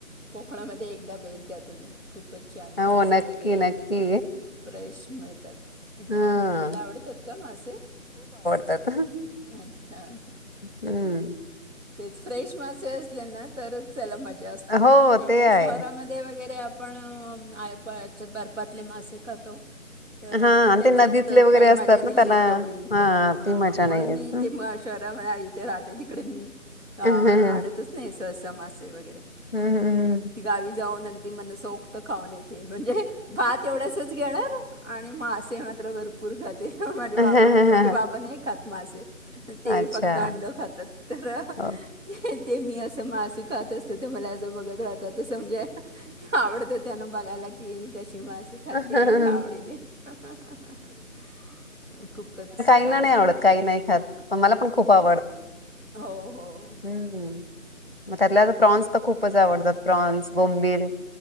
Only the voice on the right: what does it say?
कोकणामध्ये एकदा भेट द्या तुम्ही. खूपचं छानं
मासे
वगैरे एकदम
फ्रेश मिळतात.
तुम्हाला आवडतात का मासे?
अच्छा
तेच फ्रेश मासे असले ना तरच त्याला मज- <unintelligible>
नाही
तर
शहरांमध्ये वगैरे. पण, आपणच्यात बर्फातले मासे खातो, तर
अ,
त्याच्यात
काही
मजा नाही
आहे तेवढी
म्हणून
मी
ते शहरामध्ये इथे राहते तिकडे मी आणतच
नाही सहसा मासे वगैरे,
गावी जाऊन अगदी मनसौक्त खाऊन येते म्हणजे भात एवढ्यासच घेणार आणि मासे मात्र भरपूर खाते. माझे बाबा
पण माझे बाबा नाही खात मासे. ते
फक्त अंड खातात तर ह
हह ते मी असं मासे खात असत तर ते मलाजं बघत राह त समजा आवड तेना बगायला की कशी हि मासे खाते
एवढं आवडीने ह ह हह खूपच
छान
हो हो